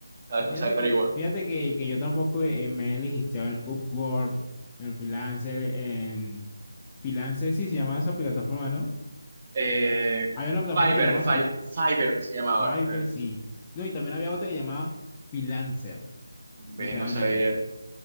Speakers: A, on the right; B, on the left.
A: ¿sabes?
B: Eh, Fíjate
A: O sea, pero
B: que,
A: igual.
B: fíjate que, que yo tampoco eh, me he registrado en Upwork, en Freelancer, en... Freelancer, sí, se llama esa plataforma, ¿no?
A: Eh,
B: Había una plataforma
A: Fiverr,
B: que se llama
A: Fi- Fiverr se llamaba,
B: Fiverr,
A: creo.
B: sí. No, y también había otra que se llamaba Freelancer.
A: Ve,
B: literalmente.
A: no sabía.